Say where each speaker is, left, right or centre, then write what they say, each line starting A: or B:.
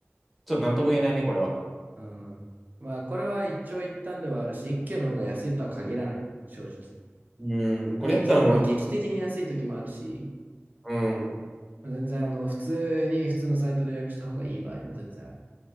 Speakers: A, in the centre; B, on the right.
A: ちょっとなんとも言えないね、これは。
B: うん。まあこれは一長一短ではあるし、一級の方が安いとは限らない。正直。
A: うん、これやったらもう俺、
B: 一級の方が劇的に安い時もあるし、
A: うん。
B: 全然あの、普通に普通のサイトで予約した方がいい場合も全然ある。